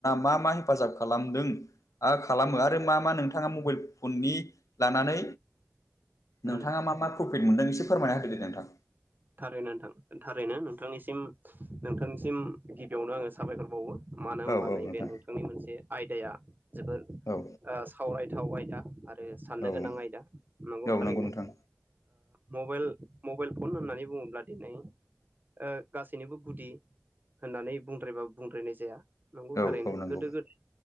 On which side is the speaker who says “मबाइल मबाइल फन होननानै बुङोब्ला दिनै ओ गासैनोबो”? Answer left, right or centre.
Right